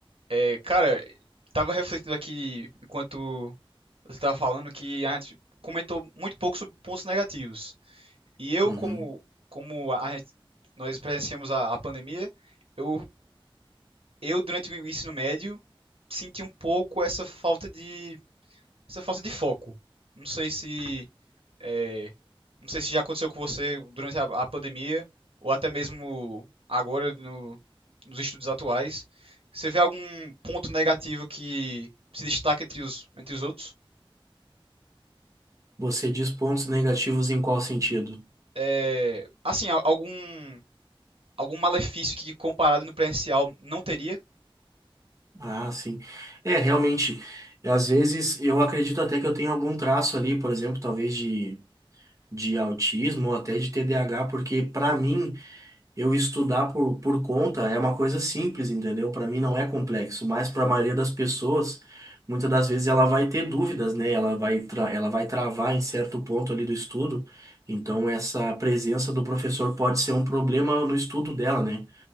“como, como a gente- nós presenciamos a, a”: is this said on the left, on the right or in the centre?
Right